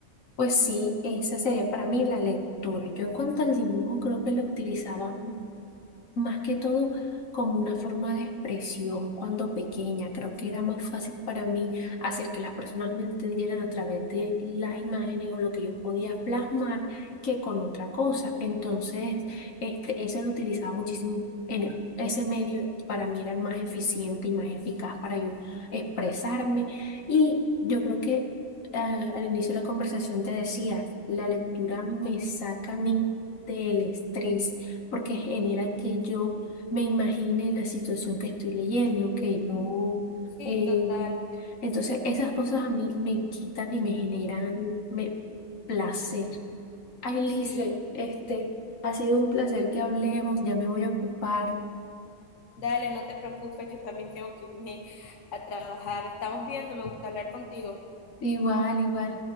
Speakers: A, on the left; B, on the left.
A: Pues sí, esa sería para mí la lectura. Yo en cuanto al dibujo creo que lo utilizaba. Más que todo como una forma de expresión cuando pequeña. Creo que era más fácil para mí hacer que las personas me entendieran a través de las imágenes o lo que yo podía plasmar que con otra cosa. Entonces, este, eso lo utilizaba muchísimo en el- ese medio. Para mí era más eficiente y más eficaz para yo expresarme. Y yo creo que eh, al inicio de la conversación te decía, la lectura me saca a mí del estrés porque genera que yo me imagine la situación que estoy leyendo, que yo...
B: Sí,
A: eh,
B: total,
A: entonces esas cosas a mí me quitan y me generan me- placer. Ay,
B: sí.
A: Lice, este, ha sido un placer que hablemos, ya me voy a ocupar.
B: Dale, no te preocupes, yo también tengo que irme a trabajar. Estamos viendo, me gusta hablar contigo.
A: Igual, igual.